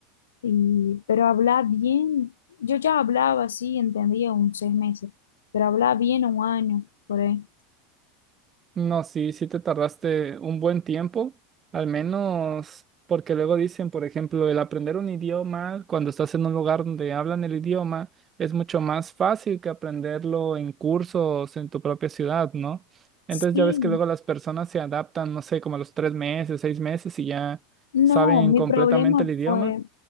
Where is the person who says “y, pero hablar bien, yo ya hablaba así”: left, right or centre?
Left